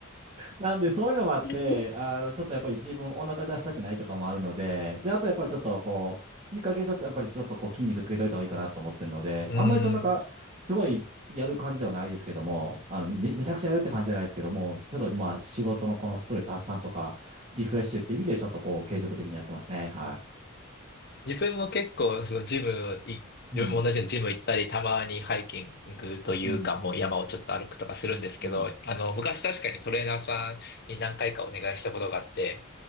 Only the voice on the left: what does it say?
<laughs>
うーん、
自分も結構、そのジムい、自分も同じようにジム行ったり、
たまにハイキングというか、
もう山をちょっと歩くとかするんですけど、
あの、昔確かにトレーナーさんに何回かお願いしたことがあって、